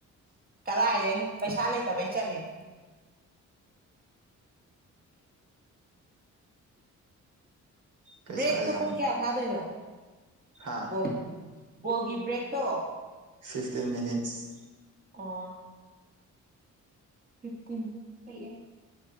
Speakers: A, on the right (about 30°); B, on the right (about 70°).
A: ꯀꯗꯥꯏꯗꯩꯅꯣ ꯄꯩꯁꯥ ꯂꯩꯇꯕꯩ ꯆꯠꯂꯤꯅꯦ
B: ꯄꯩꯁꯥ
A: ꯕ꯭ꯔꯦꯛꯇꯣ
B: ꯌꯥꯝ
A: ꯄꯨꯡ ꯀꯌꯥ ꯊꯥꯗꯣꯏꯅꯣ
B: ꯍꯥ
A: ꯕꯣꯜꯒꯤ ꯕꯣꯜꯒꯤ ꯕ꯭ꯔꯦꯛꯇꯣ
B: ꯐꯤꯐꯇꯤꯟ ꯃꯤꯅꯤꯠꯁ
A: ꯑꯣ ꯐꯤꯐꯇꯤꯟ ꯀꯩ